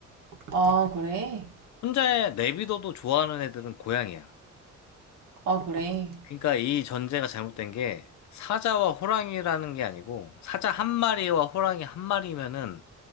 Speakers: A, on the right; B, on the left.
A: 아, 그래.
B: 혼자 내비둬도 좋아하는 애들은 고양이야.
A: 아, 그래.
B: 그러니까 이 전제가 잘못된 게, 사자와 호랑이라는 게 아니고, 사자 한 마리와 호랑이 한 마리면은